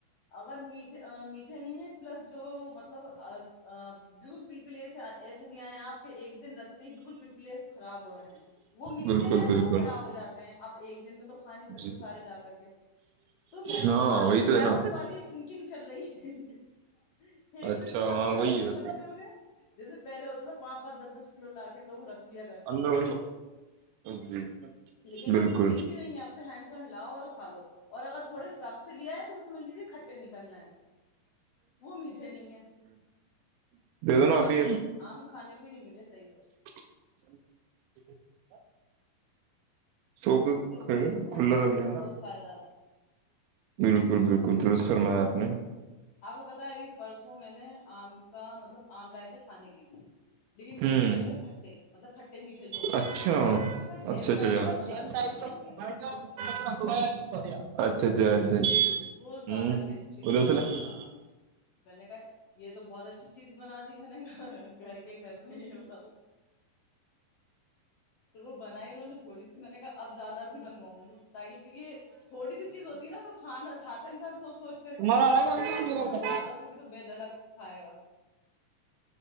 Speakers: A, on the left; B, on the right.
A: اگر میٹھے میٹھے نہیں ہے پلس جو مطلب بلو پلپل ای ایسے نہیں آئے آپ کے ایک دن رکھ بالکل پلپلے خراب ہو رہے ہیں وہ میٹھے
B: بالکل
A: ہیں تو
B: بالکل
A: وہ خراب ہو جاتے ہیں اب ایک دن میں تو کھانے
B: جی
A: سارے لا کر کے تو مینگو
B: ہاں
A: کے ساتھ
B: وہی
A: بھی
B: تو
A: موسم
B: ہے نا
A: والی تھنکنگ چل رہی ہے ایک
B: اچھا
A: دن سے زیادہ
B: ہاں وہی
A: رکھ نہیں
B: ہے ویسے
A: سکتے انہیں جیسے پہلے ہوتے تھا پانچ پانچ دس دس کلو لا کے لوگ رکھ لیا کرتے
B: اندر
A: تھے
B: جی
A: لیکن
B: بالکل
A: اب وہ چیز ہی نہیں ہے اب تو ہینڈ لاؤ اور کا کھا لو اور اگر تھوڑے سخت لیا ہے تو سمجھ لیجیے ک نکلنا ہے وہ میٹھے نہیں ہے
B: دے دو
A: اس
B: نا
A: بار
B: ابھی ایک
A: تو آم کھانے بھی نہیں ملے صحیح
B: <inaudible> سوکا
A: اور گرمی میں
B: کھلا
A: آم
B: رکھ لینا
A: سے بہت فائدہ ہے
B: بالکل بالکل درست فرمایا آپ نے
A: آپ کو پتا ہے ابھی پرسوں میں نے آم کا مطلب آم لائے تھے کھانے کے لیے لیکن
B: ہوں
A: وہ نکل گئے کھٹے مطلب کھٹے میٹھے جو ہوتے
B: اچھا
A: ہیں تو اس کا جیم
B: اچھا اچھا اچھا
A: ٹائپ کا بنا دیا میری ممی
B: <inaudible>
A: نے
B: اچھا اچھا اچھا اچا ہ ادر
A: وہ زیادہ
B: سے
A: ٹیسٹی
B: لا
A: لگ رہا ہے ہاں میں نے کہا یہ تو بہت اچھی چیز بنا دی میں نے گھر کے گھر میں ہی ہوتا تو وہ بنائی انہوں نے تھوڑی سی میں نے کہا اب زیادہ سی بنواؤں گی تاکہ کیونکہ تھوڑی سی چیز ہوتی نا تو کھانا کھاتا ہے انسان سوچ سوچ کر
B: تمہارا
A: کے ہے اور
B: آئے گا میرا
A: تھوڑی زیادہ سوے تو بے دھڑک کھائے گا